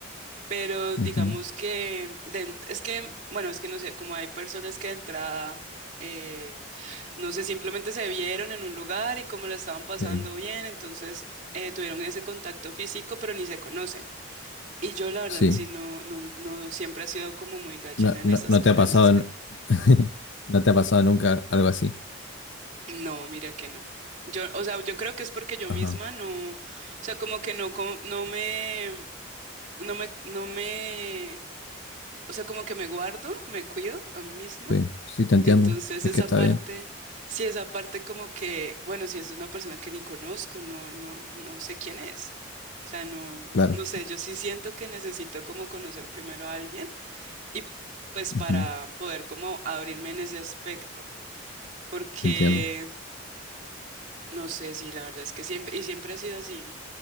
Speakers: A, on the right; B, on the left.
A: Pero
B: Ujú.
A: digamos que de ent- es que, bueno, es que no sé, como hay personas que de entrada, eh, no sé, simplemente se vieron en un lugar y como la estaban pasando
B: Sí.
A: bien, entonces eh, tuvieron ese contacto físico, pero ni se conocen. Y yo la verdad
B: Sí.
A: sí no, no, no siempre he sido como muy gallina
B: No,
A: en
B: no,
A: esas,
B: no
A: pa-
B: te ha
A: en
B: pasado,
A: ese aspecto.
B: n- <laughs> no te ha pasado nunca algo así.
A: No, mira que no. Yo, o sea, yo creo que es porque yo misma
B: Ajá.
A: no, o sea, como que no, co- no me, no me, no me, o sea, como que me guardo, me cuido a mí misma
B: Sí, sí, te entiendo.
A: Entonces
B: Es
A: esa
B: que está
A: parte,
B: bien,
A: sí, esa parte como que, bueno, si es una persona que ni conozco, no, no, no sé quién es. O sea, no,
B: claro.
A: no sé, yo sí siento que necesito como conocer primero a alguien y pues
B: Ujú.
A: para poder como abrirme en ese aspecto, porque
B: Entiendo.
A: no sé si la verdad es que siempre, y siempre ha sido así,